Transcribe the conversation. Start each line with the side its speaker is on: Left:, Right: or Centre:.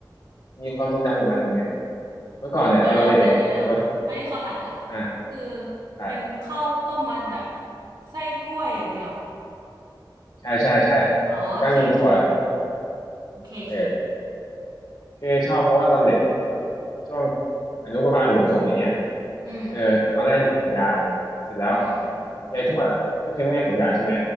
Left: มีความทรงจำกับมันไงเมื่อก่อนเนี่ยตอนเราเด็กๆอะตอนประถม
Right: เดี๋ยวเดี๋ยวเดี๋ยวเดี๋ยวเดี๋ยวอันนี้ขอถามก่อน
Left: อ่า
Right: คือ
Left: ได้
Right: เป็นข้าวต้มมัดแบบไส้กล้วยอย่างนี้เหรอ
Left: ใช่ใช่ใช่
Right: อ๋อโอเคโอเค
Left: แล้วก็มีถั่ว
Right: โอเคโอเค
Left: เออ คือชอบเพราะว่าตอนเด็กอะแบบช่วงอนุบาลหรือประถมอย่างเงี้ย
Right: อืม
Left: เออตอนแรกอยู่กับยายเสร็จแล้ว
Right: อืม
Left: ยายทวดอ่ะก็คือแม่ของยายใช่ไหม